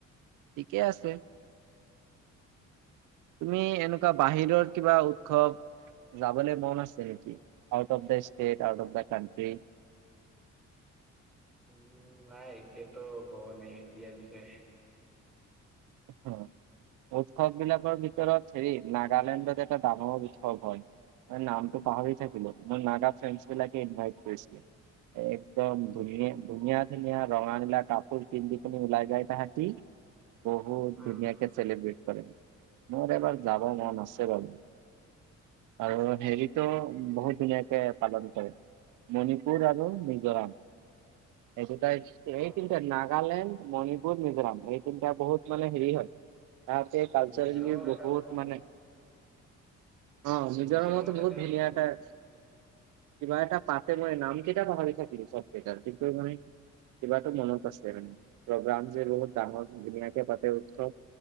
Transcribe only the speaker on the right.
ঠিকেই আছে। তুমি এনেকোৱা বাহিৰৰ কিবা উৎসৱ যাবলৈ মন আছে নেকি out of the state, out of the country.
অ উৎসৱ বিলাকৰ ভিতৰত হেৰি নাগালেণ্ডত এটা ডাঙৰ উৎসৱ হয় নামটো পাহৰি থাকিলো মোৰ নাগা ফ্ৰেণ্ডছ বিলাকে ইনভাইট কৰিছিলে। একদম ধুন ধুনীয়া ধুনীয়া ৰঙা নীলা কাপোৰ পিন্ধি কিনি ওলাই যায় তাহঁতি। বহুত
ধুনীয়াকে চেলিব্ৰেট কৰে। মোৰ এবাৰ যাব মন আছে বাৰু আৰু হেৰিটো বহুত ধুনীয়াকে পালন কৰে। মণিপুৰ আৰু মিজোৰাম। এইটো ত এই
তিনিটা নাগালেণ্ড মণিপুৰ মিজোৰাম এই তিনিটা বহুত মানে হেৰি হয় তাহতে কালচাৰেলি
বহুত
মানে অ মিজোৰামতো
বহুত
ভেলিয়া
এটাৰ কিবা এটা পাতে মই নামকেইটা পাহৰি থাকিলো চব কেইটাৰ কিন্তু মান কিবাটো মনত আছে মানে, প্ৰগ্ৰাম যে বহুত ডাঙৰ ধুনী কেইবাটাও উৎসৱ